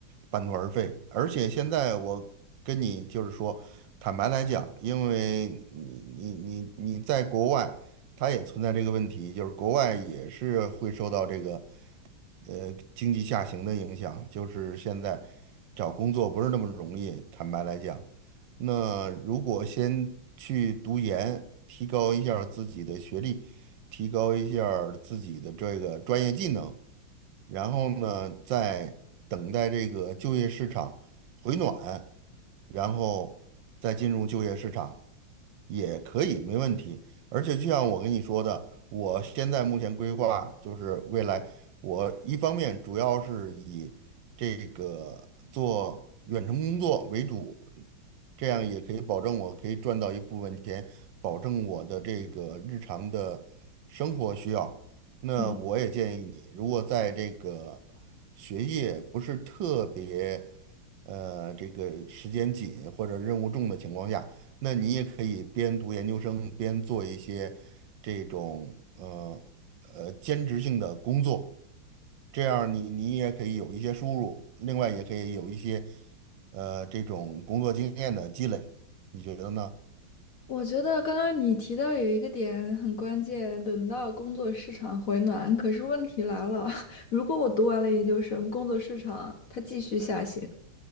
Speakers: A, on the right; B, on the left.
A: 半途而废。而且现在我跟你就是说，坦白来讲，因为你你你你在国外，他也存在这个问题，就是国外也是会受到这个。呃经济下行的影响，就是现在找工作不是那么容易，坦白来讲。那如果先去读研，提高一下儿自己的学历，提高一下儿自己的这个专业技能，然后呢，再等待这个就业市场回暖，然后再进入就业市场也可以，没问题。而且就像我跟你说的，我现在目前规划就是未来，我一方面主要是以这个做远程工作为主，这样也可以保证我可以赚到一部分钱，保证我的这个日常的生活需要。那我也建议你，
B: 嗯，
A: 如果在这个学业不是特别，呃，这个时间紧或者任务重的情况下，那你也可以边读研究生边做一些这种呃呃兼职性的工作，这样你你也可以有一些收入，另外也可以有一些呃这种工作经验的积累，你觉得呢？
B: 我觉得刚刚你提到有一个点很关键，等到工作市场回暖，可是问题来了，<laughs> 如果我读完了研究生，工作市场它继续下行。